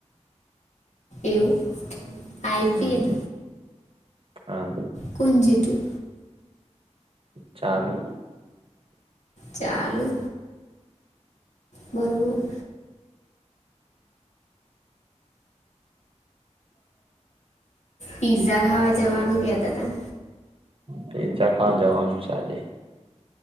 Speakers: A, on the left; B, on the right.
A: એવું આઈપીએલ
B: હમ હા.
A: કોલેજેથી
B: ચાલુ
A: ચાલુ બરોબર. પીઝા ખાવા જવાનું કયા?
B: પીઝા ખાવા જવાનું છે આજે.